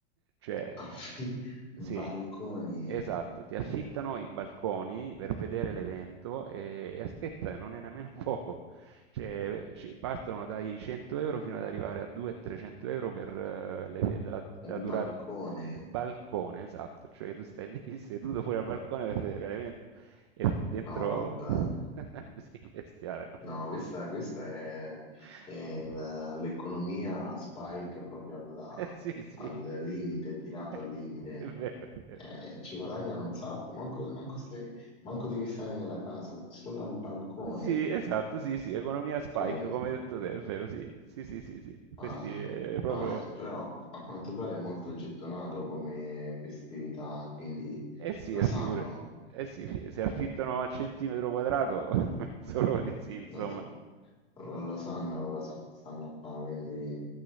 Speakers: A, on the right; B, on the left.
A: Cioè,
B: <laughs> affi-
A: eh,
B: balconi,
A: sì, esatto, ti affittano i balconi per vedere l'evento e, e aspetta, non è nemmeno <laughs> poco. Cioè, ci- partono dai 100 euro fino ad arrivare a 200-300 euro per eh, le- la, la
B: un
A: durata.
B: balcone.
A: eh, Balcone, esatto, cioè tu stai lì <laughs> seduto fuori al balcone per vedere l'evento e dentro...
B: No, vabbè.
A: <laughs> sì, bestiale, no?
B: No, questa, questa è,
A: <laughs>
B: è la- l'economia spike proprio alla-
A: Sì, sì,
B: al limite, tirato
A: <laughs>
B: al limite.
A: è vero, è vero.
B: Eh, ci guadagnano un sacco, manco, manco stai- manco devi stare nella casa, solo al balcone.
A: Sì, esatto, sì, sì, economia spike,
B: che-
A: come hai detto te, è vero, sì, sì, sì, sì, sì.
B: ah,
A: Questi è proprio...
B: vabbè, però a quanto pare è molto gettonato come festività,
A: Eh,
B: quindi
A: eh sì,
B: lo
A: eh,
B: sanno,
A: figurati. Eh sì, fi- se affittano a centimetro quadrato, <laughs> penso proprio di sì, insomma.
B: lo so. Non lo sanno, lo sa- stanno qua, quindi